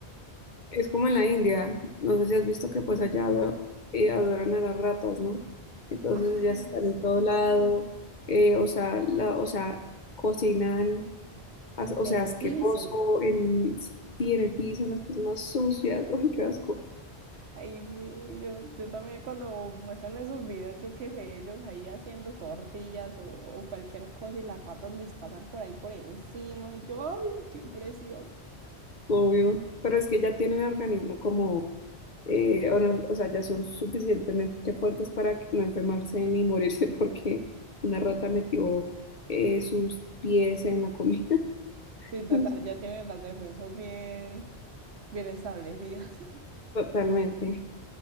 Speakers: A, on the left (about 50°); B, on the right (about 75°).
A: Es como en la India, no sé si has visto que pues allá ado- eh, adoran a las ratas, ¿no? Entonces
B: Ay,
A: ellas están en todo
B: sí,
A: lado, eh, o sea, la, o sea, cocinan, as- o
B: del
A: sea, asqueroso,
B: piso.
A: en, sí, en el piso, en las cosas más sucias, uy, qué asco,
B: Ay, sí, yo, yo también cuando muestran esos videos, yo qué sé, ellos ahí haciendo tortillas o, o cualquier cosa y las ratas les pasan por ahí por encima y yo, ay, qué impresión.
A: obvio, pero es que ya tienen el organismo como, eh, o, no- o sea, ya son suficientemente fuertes para que no enfermarse ni morirse <laughs> porque una rata metió eh, sus pies en la comida,
B: Sí, total,
A: <laughs>
B: ya tienen las defensas bien, bien establecidas. <laughs>
A: totalmente.